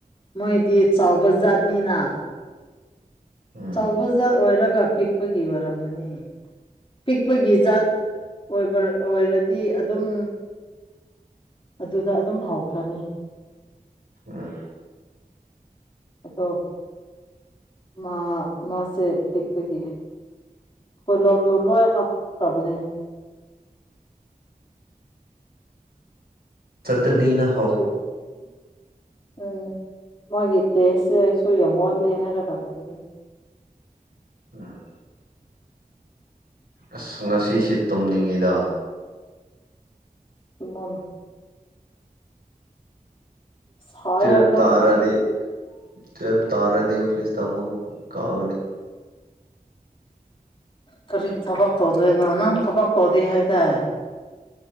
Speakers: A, on the left; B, on the right.
A: ꯃꯣꯏꯗꯤ ꯆꯥꯎꯕ ꯖꯥꯠꯅꯤꯅ
B: ꯎꯝ
A: ꯆꯥꯎꯕ ꯖꯥꯠ ꯑꯣꯏꯔꯒ ꯄꯤꯛꯄꯒꯤ ꯑꯣꯏꯔꯝꯒꯅꯤ ꯄꯤꯛꯄꯒꯤ ꯖꯥꯠ ꯑꯣꯏꯕ ꯑꯣꯏꯔꯗꯤ ꯑꯗꯨꯝ ꯑꯗꯨꯗ ꯑꯗꯨꯝ ꯍꯧꯈ꯭ꯔꯅꯤ
B: ꯎꯝ
A: ꯑꯗꯣ ꯃꯥ ꯃꯥꯁꯦ ꯇꯦꯛꯄꯒꯤ ꯀꯣꯏ ꯂꯣ ꯗꯣꯂꯣ ꯍꯥ ꯈꯕꯅꯦ
B: ꯆꯠ ꯅꯩꯅꯅ
A: <unintelligible> ꯎꯝ ꯃꯣꯏꯒꯤ ꯇꯦꯁꯁꯦ ꯁꯣꯏ ꯌꯥꯝ ꯋꯜꯂꯦ ꯍꯥꯏꯔꯒ ꯂꯩ
B: ꯑꯝ ꯑꯁ ꯉꯁꯤꯁꯦ ꯇꯨꯝꯅꯤꯡꯉꯩꯗ
A: <unintelligible> ꯁꯥꯏꯌꯦ
B: ꯇꯨꯋꯦꯞ
A: ꯑꯩꯈꯣꯏꯅꯤꯗꯤ
B: ꯇꯥꯔꯗꯤ ꯇ꯭ꯋꯦꯞ ꯇꯥꯔꯗꯤ ꯑꯣꯐꯤꯁ ꯇ ꯑꯃꯨꯛ ꯀꯥꯒꯅꯤ
A: ꯀꯔꯤ ꯊꯕꯛ ꯇꯧꯗꯣꯏꯅꯣ ꯅꯪ ꯊꯕꯛ ꯇꯧꯗꯔꯤ ꯍꯥꯏꯗꯥꯏ